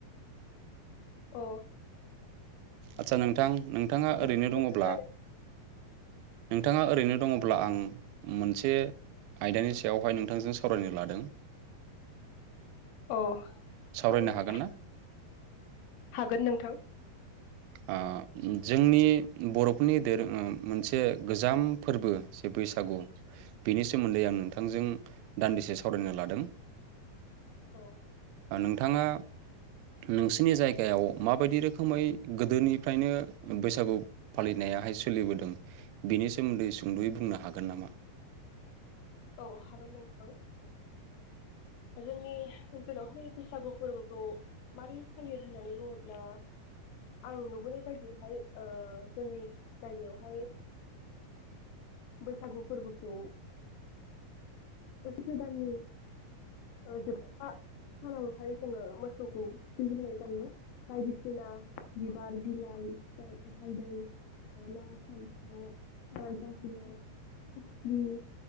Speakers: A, on the left; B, on the right.
A: औ
B: आतसा नों थां नोंथाङा
A: माबानि
B: ओरैनो
A: प्रब्लेम
B: दङब्ला
A: जादों
B: नोंथाङा ओरैनो दङब्ला आं मोनसे आयदानि सायावहाय नोंथांजों सावरायनो लादों
A: औ
B: सावरायनो
A: सावराय जागोन।
B: हागोन ना
A: हागोन नोंथां
B: ओ जोंनि बर'फोरनि दोरों उम मोनसे गोजाम फोरबो जे बैसागु बिनि सोमोन्दै आं नोंथांजों दान्दिसे सावरायनो लादों
A: औ
B: नोंथाङा नोंसिनि जायगायाव माबायदि रोखोमै गोदोनिफ्रायनो बैसागु फालिनायाहाय सोलिबोदों बिनि सोमोन्दै सुंद'यै बुंनो हागोन नामा?
A: औ हागोन नोंथां जोंनि ओनसोलावहाय बैसागु फोरबोखौ मारै फालियो होन्नानै बुङोब्ला आं नुबोनाय बायदिहाय ओ जोंनि जायगायावहाय बैसागु फोरबोखौ बोस गोदाननि ओ जोबथा सानावहाय जोङो मोसौखौ थुखैग्रोनाय जायो बायदिसिना बिबार बिलाइ ओमफ्राय हालदै ओ लाव फान्थाव ओ बिलाइ